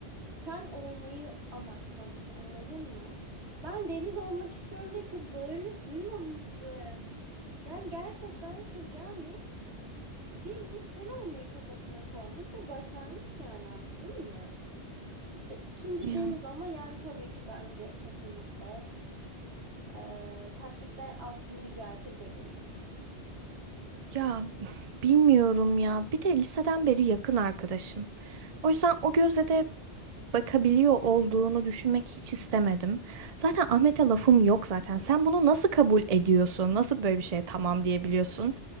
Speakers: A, on the right; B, on the right.
A: sen olmayı amaçlamış anladın mı? Ben deniz olmak istiyorum diye kız bağırmış duymamışsın. Yani gerçekten kız gelmiş Billy sen olmayı kafasına koymuş ve başarmış yani anladın mı? İşte ikinci
B: Ya,
A: Deniz ama yani tabii ki bence kesinlikle eee, taklitler aslını yüceltir bebeğim. <laughs>
B: ya bilmiyorum ya. Bir de liseden beri yakın arkadaşım. O yüzden o gözle de bakabiliyor olduğunu düşünmek hiç istemedim. Zaten Ahmet'e lafım yok zaten. Sen bunu nasıl kabul ediyorsun? Nasıl böyle bir şeye tamam diyebiliyorsun?